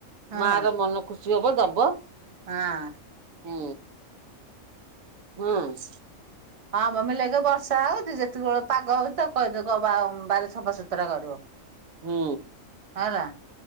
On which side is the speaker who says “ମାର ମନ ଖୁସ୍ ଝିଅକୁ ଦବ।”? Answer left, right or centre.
Right